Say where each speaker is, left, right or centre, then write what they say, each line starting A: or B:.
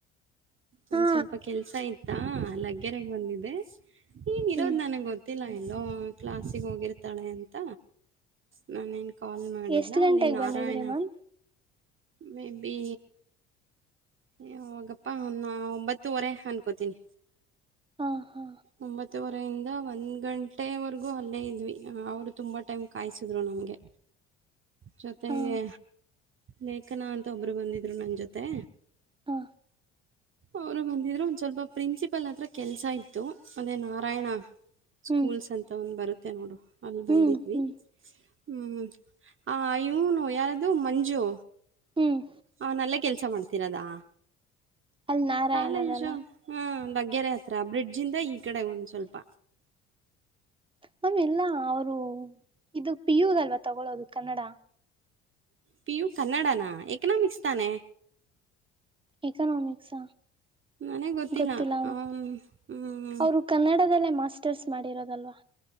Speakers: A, on the right; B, on the right.
A: ಒಂದ್
B: ಹಾ
A: ಸ್ವಲ್ಪ ಕೆಲ್ಸ ಇಯತಾ ಲಗ್ಗೆರೆಗ್ ಬಂದಿದೆೆ ನೀನ್ ಇರೋದ್
B: ಹ್ಮ್
A: ನನಗ್ ಗೊತ್ತ ಗೊತ್ತಿಲ್ಲ ಎಲ್ಲೋ ಕ್ಲಾಸಿಗೆ ಹೋಗಿರ್ತಾಳೆ ಅಂತ ನಾನೇನ್ ಕಾಲ್ ಮಾಡಿಲ್ಲ
B: ಎಷ್ಟ್ ಗಂಟೆಗೆ
A: ಅಲ್ಲಿ ನಾರಾಯಣ
B: ಬಂದಿದ್ರಿ ಮ್ಯಾಮ್
A: ಮೇ ಬಿ ಏ ಹೋಗಪ್ಪಾ ಅವ ಒಂಬತ್ತುವರೆ ಅನ್ಕೋತೀನಿ
B: ಹಾ ಹಾ
A: ಒಂಬತ್ತುವರೆಯಿಂದ ಒಂದ್ ಗಂಟೆವರೆಗೂ ಅಲ್ಲೇ ಇದ್ವಿ ಅವ್ರು ತುಂಬಾ ಟೈಮ್ ಕಾಯಿಸಿದ್ರು ನಮಗೆ ಜೊತೆಗೆ
B: ಹಾ
A: ಲೇಖನ ಅಂತ ಒಬ್ರು ಬಂದಿದ್ರು ನನ್ನ ಜೊತೆ
B: ಹಾ
A: ಅವರು ಬಂದಿದ್ರರು ಒಂದ್ ಸ್ವಲ್ಪ ಪ್ರಿನ್ಸಿಪಲ್ ಹತ್ರ ಕೆಲ್ಸ ಇತ್ತು ಮಂದೆ ನಾರಾಯಣ ಸ್ಕೂಲ್ಸ್
B: ಹ್ಮ್
A: ಅಂತ ಒಂದ್ ಬರುತ್ತೆ ನೋಡು ಅಲ್ ಬಂದಿದ್ವಿ
B: ಹ್ಮ್ ಹ್ಮ್
A: ಹ್ಮ್ ಆ ಇವನು ಯಾರ್ದು ಮಂಜು
B: ಹ್ಮ್
A: ಅವನಲ್ಲೇ ಕೆಲ್ಸ ಮಾಡ್ತೀರದಾ
B: ಅಲ್ಲಿ ನಾರಾಯಣದಲ್ಲ
A: ಕಾಲೇಜು ಹ ಗ್ಗೆರೆ ಹತ್ರ ಬ್ರಿಡ್ಜ ಇದ ಈ ಕಡೆ ಒಂದ್ ಸ್ವಲ್ಪ
B: ಮಾಮ್ ಎಲ್ಲ ಅವರು ಇದು ಪಿ ಯು ಅಲ್ವಾ ತಗೊಳ್ಳೋದು ಕನ್ನಡ
A: ಪಿ ಯು ಕನ್ನಡನಾ ಎಕನಾಮಿಕ್ಸ್ ತಾನೇ
B: ಎಕನೊಮಿಕ್ಸ್
A: ನನಗೆ
B: ಗೊತ್ತಿಲ್ಲ
A: ಹ್ಮ್
B: ಅವರು ಕನ್ನಡದಲ್ಲೇ ಮಾಸ್ಟರ್ಸ್ ಮಾಡಿರೋದಲ್ವಾ